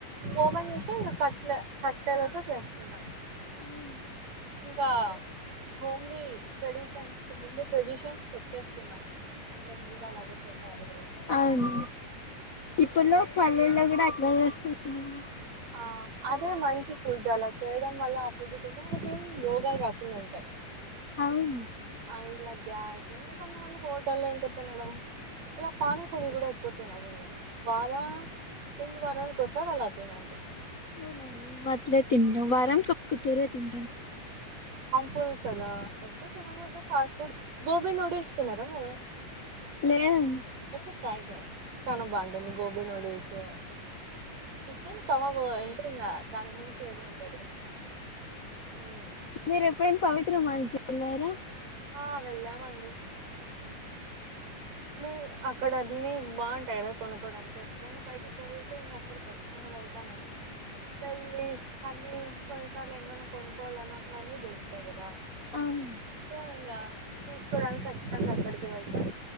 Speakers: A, on the right; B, on the left.
A: ఓపన్ చేస్తే ఇంకా కట్లే క కట్టెలతో చేస్తున్నారు
B: అవును
A: ఇంకా హోమ్లీ ట్రెడిషన్స్ కి ముందు ట్రెడిషన్స్ కొచ్చేస్తున్నాం అంతకు ముందు అలాగే చేసేవాలు
B: అవును ఇప్పులో పల్లెల్లో కూడా అట్లా చేస్తున్నారు
A: ఆ అదే మంచి ఫుడ్ అలా చేయడం వల్ల ఆ ఫుడ్ తింటే మనకి ఏం రోగాలు రాకుండా ఉంటాయి.
B: అవును
A: ఆ ఇలా గ్యాస్ కొంతమంది హోటల్లో ఇంక తినడం ఇలా పానిపూరి కూడా ఎక్కువ తినకూడదండి వార రెండు వారాలకు ఓసారి అలా తినండి.
B: అవునండి మేమట్లే తింటాం వారానికి ఒక్కతూరే తింటాం
A: ఫుల్ కదా ఎక్కువ తినకూడదు ఫాస్ట్ ఫుడ్ గోబీ నూడిల్స్ తినారా మీరు
B: లేదండి
A: ఓసారి ట్రై చేయండి చాలా బాగుంటుంది గోబి నూడిల్స్ చికెన్ కబాబ్ అంటే ఇంగా దానికి మించి ఏది ఉండదు ఉమ్.
B: మీరు ఎప్పుడైనా పవిత్ర మాల్కి ఎళ్ళారా
A: ఆ వెళ్ళామండి మి అక్కడ అన్నీ బాగుంటాయి కదా కొనుక్కోడానికి ఎప్పుడైనా బయటికి వెళ్తే ఇంకా అక్కడ ఖచ్చితంగా వెళ్తా నేను వెళ్ళి అన్ని కొన్నిసార్లు ఏంటివన్నా కొనుక్కోవాలన్నా అక్కడ అన్ని దొరుకుతాయి కదా
B: అవును
A: సో ఇంగా తీసుకోడానికి ఖచ్చితంగా అక్కడికే వెళ్తాం